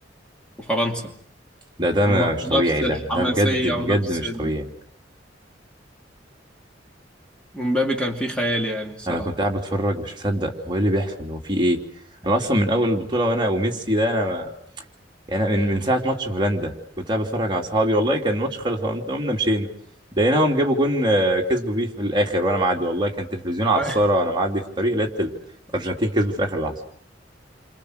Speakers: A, in the centre; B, on the right.
A: وفرنسا
B: ده ده
A: كان برضو
B: مش
A: نفس
B: طبيعي ده
A: الحماسية
B: ده بجد بجد
A: ونفس
B: مش
A: ال...
B: طبيعي
A: ومبابي كان فيه خيال يعني الصراحة
B: انا كنت قاعد بتفرج مش مصدق هو ايه اللي بيحصل هو في ايه انا اصلا من اول البطوله وانا وميسي ده انا ما... يعني أنا من من ساعه ماتش هولندا كنت قاعد بتفرج على اصحابي والله كان الماتش خلص قمت قمنا مشينا لقيناهم جابوا جون آه، كسبوا بيه في الاخر وانا معدي والله كان تلفزيون على
A: <laughs>
B: الساره وانا معدي في الطريق لقيت الارجنتين كسبت في اخر لحظه